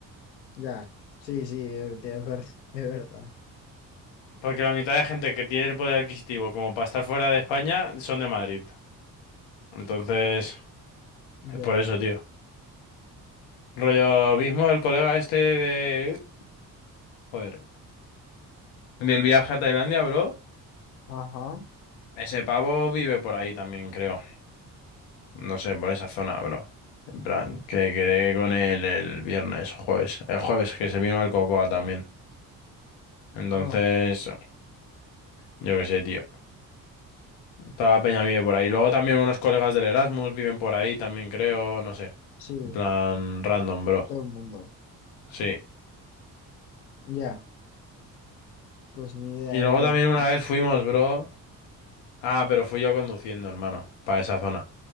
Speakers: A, on the left; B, on the left.
A: ya, sí, sí, eh, tío, es verdad, es verdad.
B: Porque la mitad de gente que tiene el poder adquisitivo como para estar fuera de España son de Madrid. Entonces,
A: Ya,
B: es por eso, tío. Rollo mismo el colega este de... Joder. Del viaje a Tailandia, bro.
A: ajá,
B: Ese pavo vive por ahí también, creo. No sé, por esa zona, bro. En plan, que quedé con él el viernes o jueves. El jueves que se vino al Cocoa también. Entonces,
A: ah,
B: yo qué sé, tío. Toda la peña vive por ahí. Luego también unos colegas del Erasmus viven por ahí también, creo. No sé.
A: sí,
B: En plan, random, bro.
A: todo el mundo.
B: Sí.
A: Ya. Pues ni idea,
B: Y luego
A: bro.
B: también una vez fuimos, bro. Ah, pero fui yo conduciendo, hermano, para esa zona.